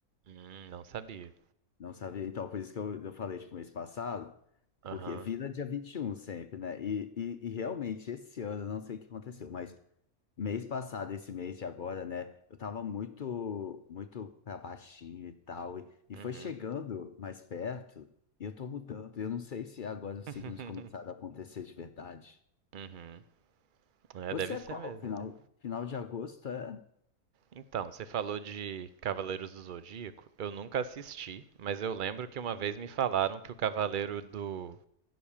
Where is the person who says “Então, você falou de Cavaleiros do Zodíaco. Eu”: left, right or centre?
Right